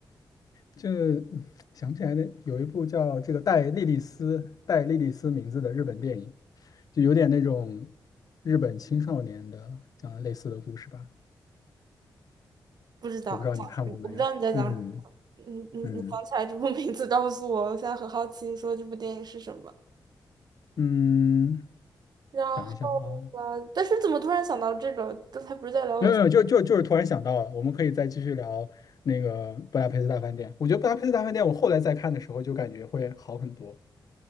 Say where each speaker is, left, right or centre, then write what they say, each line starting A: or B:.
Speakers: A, on the left; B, on the right.
A: 就想不起来那有一部叫这个带莉莉丝带莉莉丝名字的日本电影，就有点那种日本青少年的讲的类似的故事吧，
B: 不知道讲什么，
A: 我不知道你看过没有？
B: 我不知道你在讲什么。
A: 嗯
B: 你你你想起来这部名字，
A: 嗯
B: 告诉我，我现在很好奇，你说这部电影是什么。
A: 嗯，
B: 然后
A: 想一想啊。
B: 吧，但是怎么突然想到这个？刚才不是在聊
A: 没有没有，就就就是突然想到了，我们可以再继续聊那个布达佩斯大饭店。我觉得布达佩斯大饭店，我后来再看的时候就感觉会好很多